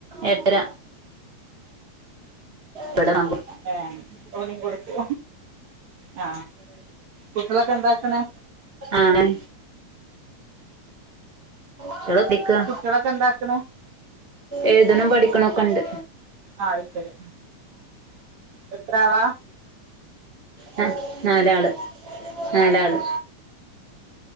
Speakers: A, on the right; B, on the right.
A: എട്ടര. ഇവടെ നമ്പു
B: ഏ ഇപ്പൊവടേം കൊടുക്കോ ആ കുട്ടികളൊക്കെ എന്താക്കണെ?
A: ആണെൻ. കുട്ടെല് എത്തിക്ക
B: കുട്ടികളൊക്കെ എന്താക്ക്ണ്
A: എഴുതുണൂ പഠിക്കുണോക്കൊണ്ട്
B: ആ അയ് ശെരി എത്രാളാ?
A: അ ആ നാലാള്.
B: അതാണ്
A: നാലാള്